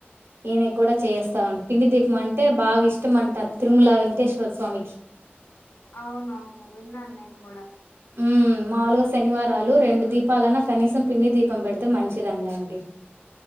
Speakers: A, on the right; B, on the left.
A: ఈయన కూడా చేస్తా ఉంటం పిండి దీపం అంటే బాగా ఇష్టం అంటారు తిరుమల వెంకటేశ్వర స్వామికి
B: అవునవును విన్నాను నేను కూడా
A: మ్ మాములుగా శనివారాలు రెండు దీపాలన్నా కనీసం పిండి దీపం పెడితే మంచిదంటండి